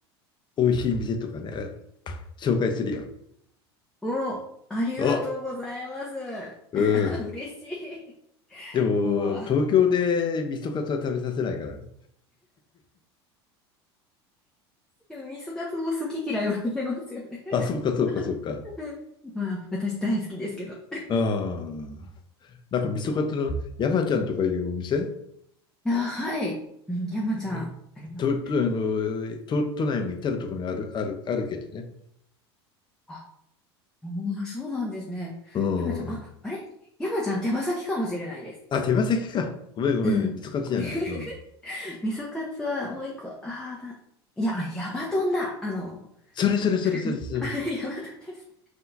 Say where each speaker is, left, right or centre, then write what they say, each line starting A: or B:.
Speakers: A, on the left; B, in the centre.
A: 美味しい店とかね、紹介するよ。
B: お、ありがとうございます。
A: おうん。
B: <laughs> 嬉しい。<laughs>
A: でも、
B: もう。
A: 東京で味噌カツは食べさせないからね。
B: でも、味噌カツも好き嫌い分かれますよね。
A: あ、そうか、そうか、
B: <laughs>
A: そうか。
B: うん。まあ、私大好きですけど。
A: ああ。なんか味噌カツの山ちゃんとかいうお店、
B: あ、はい。うん、山ちゃん、
A: えーと、
B: あります。
A: と、あの、都、都内も至るところにある、ある、あるけどね。
B: あ、もうそうなんですね。
A: うん。
B: 山ちゃん、あ、あれ山ちゃん手羽先かもしれないです。
A: あ、手羽先か。ごめん、ごめん、
B: <laughs> うん。
A: 味噌カツじゃない。
B: <laughs>
A: うん。
B: 味噌カツはもう一個、ああ、な、いや、あ、ヤバトンだ。あの、
A: それ、それ、それ、それ、
B: <laughs>
A: それ。
B: やばです。